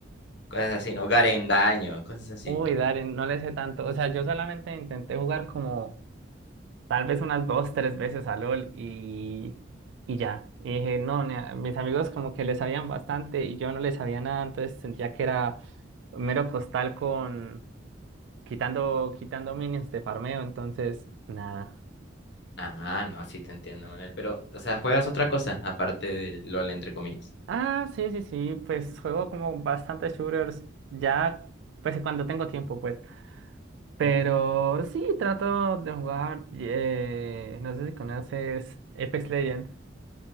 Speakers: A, on the left; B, on the right.
A: cosas así, ¿no? Garen Daño, cosas así.
B: uy, dale, no le sé tanto. O sea, yo solamente intenté jugar como tal vez unas dos, tres veces a LOL y, y ya. Y dije, no, nea, mis amigos como que le sabían bastante y yo no le sabía nada, entonces sentía que era mero costal con quitando, quitando minions de farmeo, entonces nada.
A: Ah, no, sí te entiendo, Manuel. Pero, o sea, ¿juegas otra cosa aparte de LOL, entre comillas?
B: Ah, sí, sí, sí, pues juego como bastantes shooters, ya, pues cuando tengo tiempo, pues. Pero
A: ¿Mm?
B: sí, trato de jugar, eh, no sé si conoces Apex Legends.